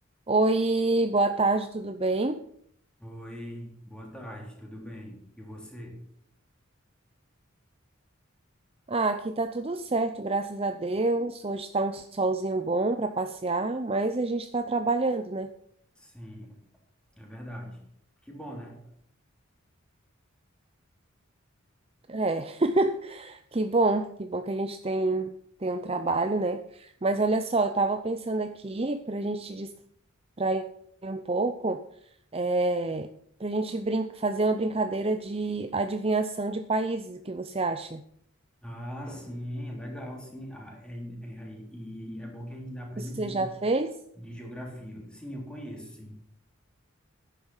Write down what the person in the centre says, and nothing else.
Oi, boa tarde, tudo bem? E você?
Sim, é verdade. Que bom, né?
Ah, sim, é legal, sim. Ah, é, é, e é bom que a gente ainda aprende
um pouco
de geografia. Sim, eu conheço, sim.